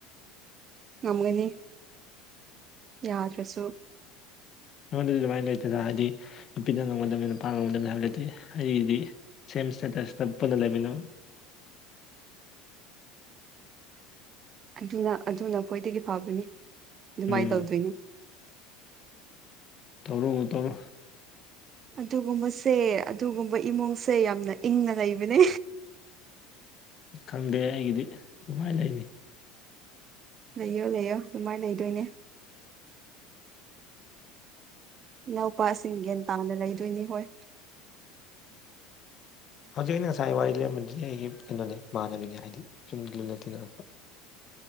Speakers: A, on the right; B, on the left.
A: ꯉꯝꯒꯅꯤ ꯌꯥꯗ꯭ꯔꯁꯨ
B: ꯑꯩꯉꯣꯟꯗꯗꯤ ꯑꯗꯨꯃꯥꯏꯅ ꯂꯩꯇꯗꯅ ꯍꯥꯏꯗꯤ ꯅꯨꯄꯤꯗ ꯅꯪꯝꯒꯝꯗꯕꯅꯤ ꯅꯨꯄꯥꯅ ꯉꯪꯉꯝꯗꯕꯅꯤ ꯍꯥꯏꯕ ꯂꯩꯇꯦ ꯑꯩꯒꯤꯗꯤ ꯁꯦꯝ ꯁꯇꯦꯇꯁꯇ ꯄꯨꯟꯅ ꯂꯩꯃꯤꯅꯣ
A: ꯑꯗꯨꯅ ꯑꯗꯨꯅ ꯈꯣꯏꯗꯒꯤ ꯐꯕꯅꯤ ꯑꯗꯨꯃꯥꯏꯅ
B: ꯎꯝ
A: ꯇꯧꯗꯣꯏꯅ
B: ꯇꯧꯔꯨ ꯇꯧꯔꯨ
A: ꯑꯗꯨꯒꯨꯝꯕꯁꯦ ꯑꯗꯨꯒꯨꯝꯕ ꯏꯃꯨꯡꯁꯦ ꯌꯥꯝꯅ ꯏꯪꯅ ꯂꯩꯕꯅꯦ
B: ꯈꯪꯗꯦ ꯑꯩꯒꯤꯗꯤ ꯅꯨꯡꯉꯥꯏ ꯂꯩꯅꯤ
A: ꯂꯩꯌꯣ ꯂꯩꯌꯣ ꯑꯗꯨꯃꯥꯏꯅ ꯂꯩꯗꯣꯏꯅꯦ ꯏꯅꯥꯎꯄꯥꯁꯤꯡ ꯒ꯭ꯌꯥꯟ ꯇꯥꯅ ꯂꯩꯗꯣꯏꯅꯤ ꯍꯣꯏ
B: ꯍꯧꯖꯤꯛ ꯑꯩꯅ ꯉꯁꯥꯏ ꯋꯥꯔꯤ ꯂꯩꯔꯝꯕꯗꯨꯗꯤ ꯑꯩꯒꯤ ꯀꯩꯅꯣꯅꯦ ꯃꯥꯟꯅꯕꯤꯅꯦ ꯍꯥꯏꯗꯤ ꯁꯨꯝ ꯂꯨꯅ ꯊꯤꯡꯉꯛꯂꯛꯄ